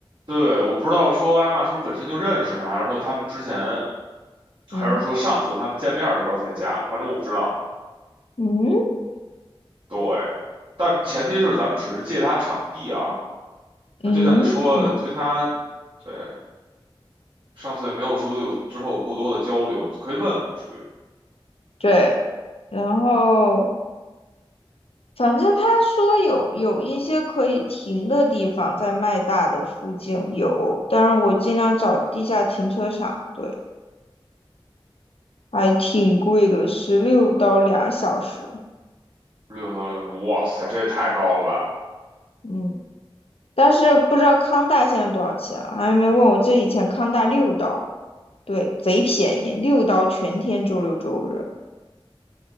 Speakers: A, on the right (about 55°); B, on the left (about 80°).
A: 对，我不知道说艾玛是不是本身就认识她，还是说他们之前，还是说上次他们见面的时候才加的，
B: 嗯
A: 反正我不知道。
B: 嗯
A: 对，但前提是咱们只是借她场地啊。那就像你说的，
B: 嗯嗯，
A: 跟她，对，上次也没有说有之后有过多的交流，可以问问，属于。
B: 对。然后反正他说有有一些可以停的地方在麦大的附近有，但是我尽量找地下停车场。对。还挺贵的，十六刀俩小时。
A: 六到零六，哇塞，这也太高了吧！
B: 嗯，但是不知道康大现在多少钱啊还没问我。记得以前康大六刀，对，贼便宜，六刀全天，周六周日。